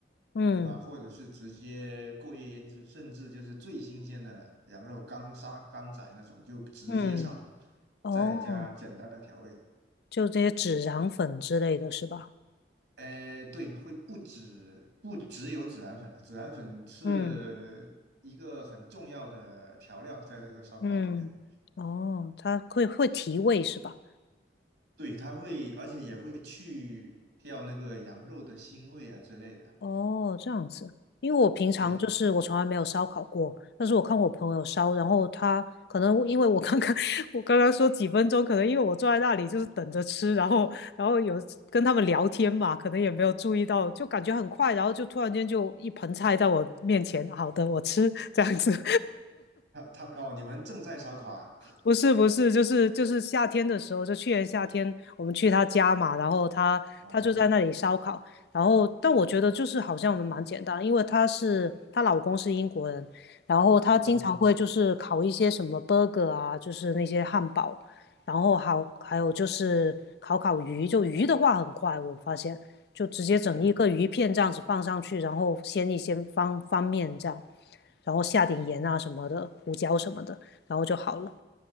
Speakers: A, on the left (about 65°); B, on the right (about 85°).
A: 嗯
B: 对吧？或者是直接过夜腌制，甚至就是最新鲜的羊肉刚杀刚宰那种，就直接上，
A: 嗯，哦。
B: 再加简单的调味。
A: 就这些孜然粉之类的是吧？
B: 呃，对，会不止不只有孜然粉了，孜然粉是一个很重要的调料，
A: 嗯
B: 在这个烧烤里面。
A: 嗯，哦，它会会提味是吧？
B: 对，它会，而且也会去掉那个羊肉的腥味啊之类的。
A: 哦，这样子，因为我平常就是我从来没有烧烤过，
B: 对，
A: 但是我看我朋友烧，然后他可能因为我刚刚 <laughs> 我刚刚说几分钟，可能因为我坐在那里就是等着吃，然后然后有跟他们聊天嘛，可能也没有注意到，就感觉很快，然后就突然间就一盆菜在我面前，好的，我吃这样子，
B: 它它哦，你们正在烧烤啊？
A: 不是不是，就是就是夏天的时候，就去年夏天我们去他家嘛，然后他他就在那里烧烤，
B: <laughs> 哦
A: 然后但我觉得就是好像我们蛮简单，因为她是她老公是英国人，然后他经常会就是烤一些什么
B: 哦，
A: burger 啊，就是那些汉堡，然后好还有就是烤烤鱼，就鱼的话很快，我发现就直接整一个鱼片这样子放上去，
B: 对，
A: 然后先一些方方面这样，然后下点盐啊什么的，胡椒什么的，然后就好了。